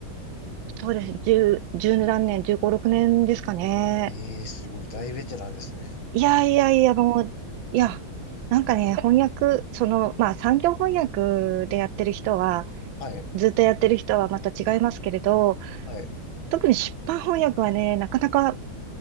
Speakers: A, on the right; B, on the left.
A: う、そうですね、1何年、十五六年ですかね。
B: えー、すごい。大ベテランですね。
A: いやいやいや、もう、いや、なんかね、翻訳、その、まあ、産業翻訳でやってる人は、
B: はい。
A: ずっとやってる人はまた違いますけれど、
B: はい。
A: 特に出版翻訳はね、なかなか